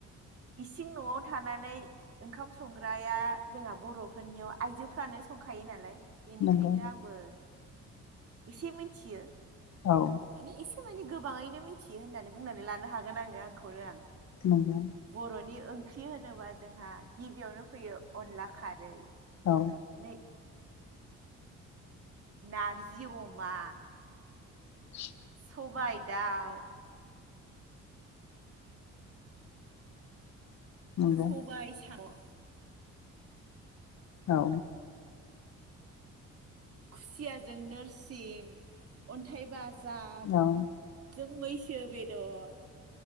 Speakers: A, on the right (about 50°); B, on the left (about 65°).
A: इसिं न'आव थानानै ओंखाम संग्राया जोंहा बर'फोरनियाव आइजोफ्रानो संखायो नालाय बेनिखायनो
B: नंगौ
A: आंबो। एसे मिथियो
B: औ।
A: माने एसे माने गोबाङैनो मिथियो होननानै बुंनानै लानो हागोन आङो आंखौनो आं।
B: नंगौ।
A: बर'नि ओंख्रि होनोबा जोंहा गिबियावनो फैयो अनला खारै
B: औ।
A: नै नारजि अमा,
B: <inaudible>
A: सबाय दाउ,
B: नंगौ
A: सबाय साम,
B: औ।
A: खुसिय जों नोरसि अन्थाइ बा जाब
B: औ
A: जों मै सो बेदर